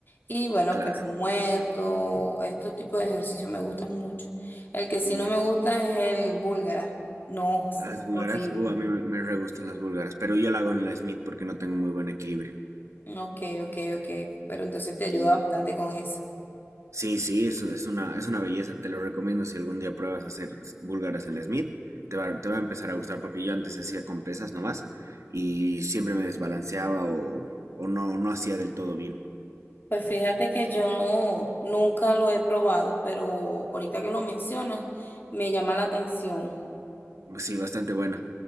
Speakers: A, on the left (about 40°); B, on the right (about 75°).
A: Y bueno,
B: Claro,
A: peso muerto, estos tipos de ejercicios me gustan mucho. El que
B: genial.
A: sí no me gusta es el búlgara. No, eso
B: Las
A: es
B: búlgaras,
A: horrible.
B: uh, a mí me, me re gustan las búlgaras, pero yo la hago en la Smith porque no tengo muy buen equilibrio.
A: Ok, ok, ok. Pero entonces te ayuda
B: Sí,
A: bastante con eso.
B: sí, sí, es, es una, es una belleza, te lo recomiendo si algún día pruebas a hacer búlgaras en la Smith, te va, te va a empezar a gustar porque yo antes hacía con pesas nomás y siempre me desbalanceaba o, o no, no hacía del todo bien.
A: Pues fíjate que yo nunca lo he probado, pero ahorita que lo mencionas, me llama la atención.
B: Pues Sí, bastante buena.